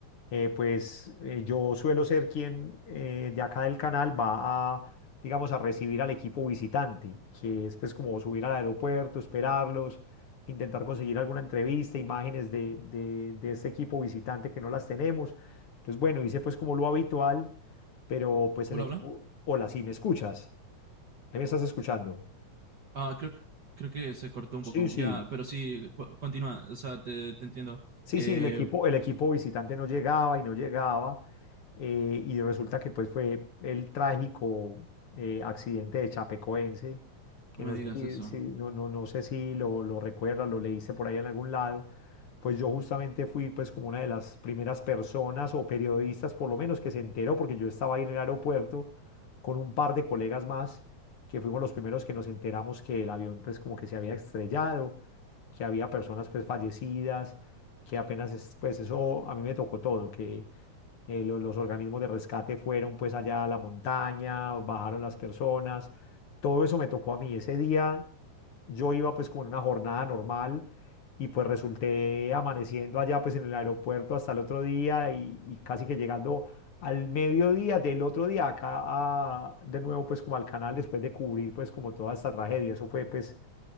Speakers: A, on the left; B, on the right.
A: eh, pues eh, yo suelo ser quien eh, de acá del canal va a, digamos, a recibir al equipo visitante, que es pues como subir al aeropuerto, esperarlos, intentar conseguir alguna entrevista, imágenes de, de, de ese equipo visitante que no las tenemos. Entonces, bueno, hice pues como lo habitual, pero pues
B: Hola,
A: el equipo,
B: hola.
A: hola, sí, ¿me escuchas? ¿Ahí ¿Me estás escuchando?
B: Ah, creo, que- creo que se cortó un
A: Sí,
B: poco.
A: sí.
B: Ya, pero sí, pu- continúa. O sea, te, te entiendo.
A: Sí,
B: Eh,
A: sí, el equipo, el equipo visitante no llegaba y no llegaba, eh, y resulta que pues fue el trágico eh, accidente de Chapecoense, que
B: no
A: no
B: me digas
A: sé si,
B: eso.
A: si- no, no, no sé si lo, lo recuerdas, lo leíste por ahí en algún lado, pues yo justamente fui pues como una de las primeras personas o periodistas por lo menos que se enteró, porque yo estaba ahí en el aeropuerto con un par de colegas más, que fuimos los primeros que nos enteramos que el avión pues como que se había estrellado que había personas pues fallecidas que apenas es, pues eso a mí me tocó todo, que eh, lo- los organismos de rescate fueron pues allá a la montaña, bajaron las personas, todo eso me tocó a mí. Ese día yo iba pues como en una jornada normal y pues resulté amaneciendo allá pues en el aeropuerto hasta el otro día y, y casi que llegando al mediodía del otro día acá a- de nuevo pues como al canal después de cubrir pues como toda esta tragedia. Eso fue pues